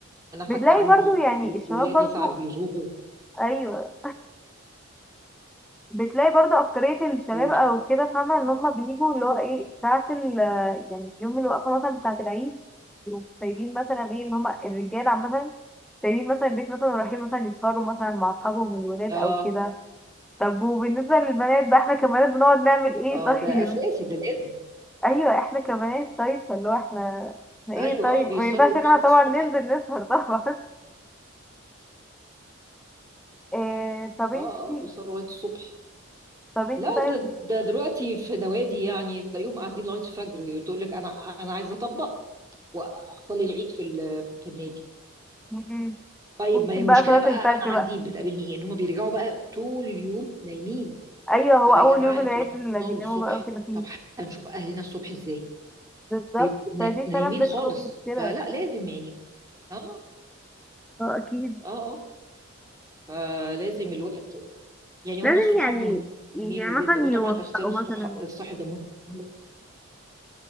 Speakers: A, on the right; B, in the centre.
A: انا حتى
B: بتلاقي
A: عندي
B: برضو يعني الشباب
A: ولادي
B: برضو
A: ساعات بيزوغوا
B: أيوة بتلاقي برضو أكترية الشباب
A: قولي
B: أو كده فاهمة إن هما بيجوا اللي هو إيه ساعة ال يعني يوم الوقفة مثلا بتاعة العيد يقوموا سايبين مثلا إيه إن هما الرجالة عامة سايبين مثلا البيت مثلا ورايحين مثلا يسهروا مثلا مع أصحابهم الولاد
A: اه
B: أو كده طب وبالنسبة للبنات بقى إحنا كبنات بنقعد نعمل إيه
A: اه
B: طيب؟
A: ده اساسي ده لازم
B: <laughs> أيوة إحنا كبنات طيب فاللي هو إحنا إحنا إيه
A: ايوه
B: طيب
A: اه بيسهروا
B: ما ينفعش
A: لغايه
B: إن إحنا طبعا
A: الصبح
B: ننزل نسهر طبعا <laughs> إيه طب
A: اه
B: إنتي
A: اه بيسهروا لغايه الصبح
B: طب إنتي
A: لا
B: طيب
A: ده ده دلوقتي في نوادي يعني تلاقيهم قاعدين لغايه الفجر تقول لك انا انا عايزه اطبق واصلي العيد في ال- في النادي
B: م- م-
A: طيب
B: ممكن
A: ما هي المشكله
B: بقى صلاة
A: بقى
B: الفجر
A: انا عندي
B: بقى
A: بتقابلني ايه ان هم بيرجعوا بقى طول اليوم نايمين
B: ايوه هو
A: طب
B: اول
A: يا جماعه
B: يوم العيد
A: انتوا لما
B: اللي
A: تطبقوا
B: بيناموا
A: للصبح
B: بقى وكده فيه
A: طب هنشوف اهلنا الصبح ازاي
B: بالظبط
A: بيبقوا نا-
B: فدي
A: نايمين
B: فعلا
A: خالص
B: بتكون مشكلة
A: فلا لازم يعني اه
B: اه اكيد
A: اه اه فلازم الوقت يعني هم
B: لازم
A: الصحاب
B: يعني
A: مهمين
B: يعني
A: جدا
B: مثلا
A: وطبعا
B: يوفقوا
A: اختيار الصح...
B: مثلا
A: الصاحب ده مهم مهم.